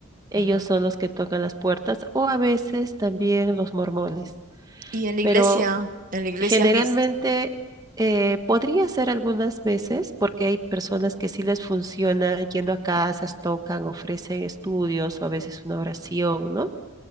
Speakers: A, on the right (about 15°); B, on the right (about 35°).
A: Ellos
B: ujú.
A: son los que tocan las puertas o a veces también los mormones.
B: Y en la
A: Pero
B: iglesia, en la iglesia
A: generalmente
B: has visto.
A: eh, podría ser algunas veces porque hay personas que sí les funciona yendo a casas, tocan, ofrecen estudios o a veces una oración, ¿no?